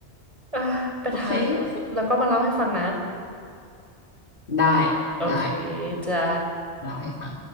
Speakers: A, on the right (about 30°); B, on the left (about 50°).
A: อ่ะไปทัก
B: โอเคโอเค
A: แล้วก็มาเล่าให้ฟังนะ
B: ได้
A: โอเค
B: ได้
A: จ้า
B: เล่าให้ฟัง